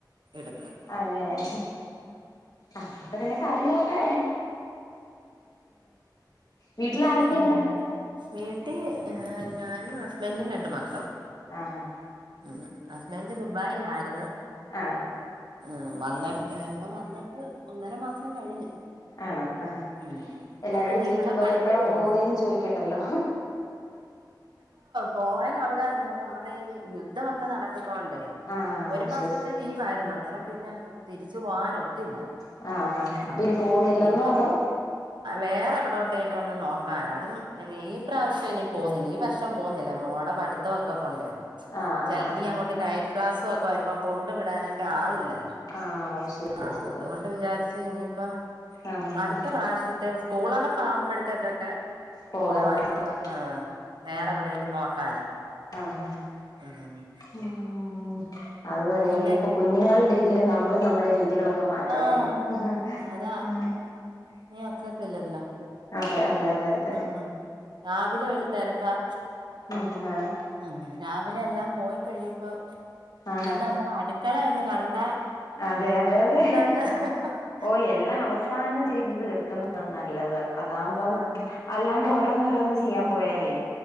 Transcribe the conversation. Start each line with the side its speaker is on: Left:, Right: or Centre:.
Right: എടുക്കാം
Left: അങ്ങനെ. അതൊണ്ടങ്ങനെ കാര്യങ്ങളൊക്കെ വീട്ടിൽ ആരൊക്കെയുണ്ട്
Right: താരാ വീട്ടീ ഞാനും ഹസ്ബന്റും രണ്ട് മക്കളും.
Left: ആഹ്, ഹാ, ഹാ.
Right: ഉം അസ്ബന്റ് ദുബായിലായിര്ന്ന്.
Left: ആണോ
Right: ഉം വന്ന് ഇപ്പൊ വന്നിട്ട് ഒന്നര മാസം കഴിഞ്ഞ്.
Left: ആണോ ആഹ.
Right: ഉം ഇപ്പൊ
Left: എല്ലാരോടും
Right: പിന്നെ
Left: ചോയിക്കുമ്പോലെ
Right: ഇവിടെ പണിക്ക്
Left: എപ്പഴാ
Right: പോന്ന്
Left: പോകുന്നേന്ന് ചോയ്ക്കണ്ടലൊ.
Right: പോവാന അവ്ടെ അന്നേരം നമ്മടെ ഈ യുദ്ധ ഒക്ക നട ക്ക്ന്നോണ്ടേ
Left: ആഹ്
Right: ഒരു
Left: ഓ
Right: മാസത്തെ
Left: ശരി
Right: ലീവായിരുന്നു അന്നേരം. പിന്നെ തിരിച്ചു പോവാനൊത്തില്ല
Left: ആഹ് ഹാ ഹാ അപ്പൊ
Right: ഉം
Left: ഇനി പോകുന്നില്ലെന്നോ
Right: ഇനിയിപ്പൊ.
Left: അതോ
Right: വേറെ എവിടോട്ടേലും ഒന്ന് നോക്കാനാ അതും എനി ഈ പ്രാവശ്യം ഇനി പോവുന്നില്ല ഈ വർഷം പോവുന്നില്ല മോടെ പടുത്തം ഒക്ക കൊണ്ടേ
Left: ആഹ്
Right: ചെ
Left: ആഹ് ആഹ്
Right: നി അങ്ങോട്ട് നൈ ക്ലാസ്സു ഒക്കെ വരുമ്പൊ കൊണ്ടു വിടാനൊക്കെ ആളില്ലല്ലൊ.
Left: ആഹ്. ശരി
Right: ആഹ്
Left: ശരി
Right: അതോണ്ട് വിചാരിച്ച് ഇനിയിപ്പ
Left: ആഹ് ഹാ
Right: അടുത്ത
Left: ഹാ
Right: പ്രാവശ്യ ത്തെ സ്കൂളടപ്പാവുമ്പഴ്ത്തേകൊക്കെ
Left: പോകാന്ന്
Right: പോവാന്ള്ള
Left: ഓർത്തല്ലേ
Right: ആഹ് വേറെ
Left: ഹാ
Right: എവ്ടേലും നോക്കാന്.
Left: ആഹ്, ആഹ്.
Right: ആഹ്.
Left: ഉം അത് തന്നെ
Right: പിന്നെ
Left: ഇനിയിപ്പൊ കുഞ്ഞുങ്ങൾടെ ഇതില് നമ്മള് നമ്മൾടെ രീതികള ക്കെ മാറ്റണോല്ലൊ.
Right: ആഹ്
Left: ഏഹ്
Right: അതാ ഇനി ഒക്കത്തില്ലല്ലോ
Left: അതെ, അതെ, അതെ, അതെ.
Right: ഉം രാവിലെ ഒര് തെരക്കാ.
Left: ഉം <unintelligible>
Right: ആഹ് രാവിലെ എല്ലാം പോയി കഴിയുമ്പൊ
Left: ആഹ്
Right: പിന്നെ നമ്മള അടുക്കള ഒന്ന് കണ്ട
Left: അതെ അതെ അതെ
Right: ആഹ്
Left: ഓഹ് എല്ലാം അവസാനം ചെയ്ത് തീർക്ക്ന്നത നല്ലത് അതാവുമ്പം
Right: ആഹ്
Left: അല്ലാണ്ട് ഓരോന്നോരോന്ന് ചിയ്യാൻ പോയാലെ